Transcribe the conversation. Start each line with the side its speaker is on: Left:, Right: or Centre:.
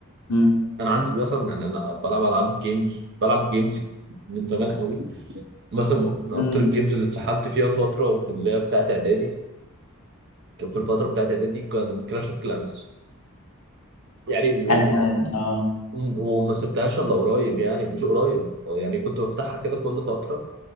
Left: مم.
Right: انا عندي مثلا يعني انا بلعب العاب جيمز بلعب جيمز من زمان قوي مثلا من
Left: مم.
Right: اكتر الجيمز اللي اتسحلت فيها فتره في اللي هي بتاعت اعدادي كان في الفتره بتاعت اعدادي كان كلاش اوف كلانس يعني و...
Left: انا كمان اه
Right: وما سبتهاش الا قريب يعني مش قريب يعني كنت بفتحها كده كل فتره